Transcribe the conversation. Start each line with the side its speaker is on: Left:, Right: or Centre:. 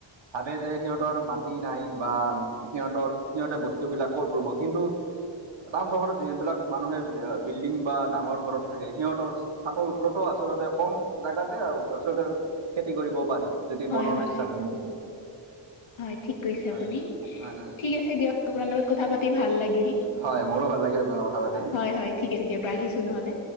Right: ভাবে যে সিহঁতৰ মাটি নাই বা সিহঁতৰ সিহঁতে বস্তুবিলাক কত ৰুব কিন্তু টাউন চহৰত যিবিলাক মানুহে বিল্ডিং বা ডাঙৰ ঘৰত থাকে। সিহঁতৰ চাটৰ ওপৰতো আচলতে কম জোগাতে আচলতে খেতি কৰিব পাৰি। যদি
Left: হয়
Right: মনৰ
Left: হয়
Right: ইচ্ছা থাকে
Left: হয় ঠিক কৈছে
Right: হয়
Left: আপুনি,
Right: হয় হয়
Left: ঠিক আছে দিয়ক আপোনাৰ লগত কথা পাতি ভাল লাগিল।
Right: হয় মোৰো ভাল লাগিল আপোনা লগত কথা পাতি,
Left: হয় হয় ঠিক আছে দিয়ক ৰাখিছোঁ নহ'লে